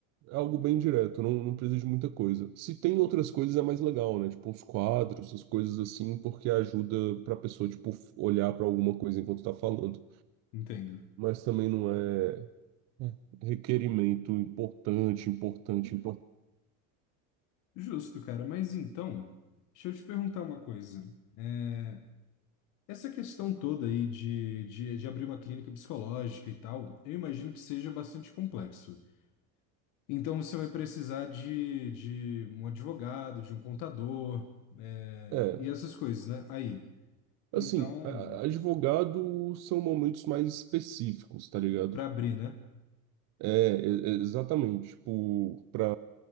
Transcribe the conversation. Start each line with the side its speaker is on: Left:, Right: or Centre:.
Right: É algo bem direto, não, não precisa de muita coisa. Se tem outras coisas é mais legal, né? Tipo uns quadros, as coisas assim, porque ajuda pra pessoa, tipo, f- olhar pra alguma coisa enquanto tá falando.
Left: entendo.
Right: Mas também não é é, requerimento importante, importante, importante.
Left: Justo, cara, mas então, deixa eu te perguntar uma coisa. é, Essa questão toda aí de, de, de abrir uma clínica psicológica e tal, eu imagino que seja bastante complexo. Então você vai precisar de, de um advogado, de um contador, é,
Right: É,
Left: e essas coisas, né? Aí.
Right: assim,
Left: Então,
Right: a- a- advogado são momentos mais específicos, tá ligado?
Left: para abrir, né?
Right: É, e- exatamente. Tipo, pra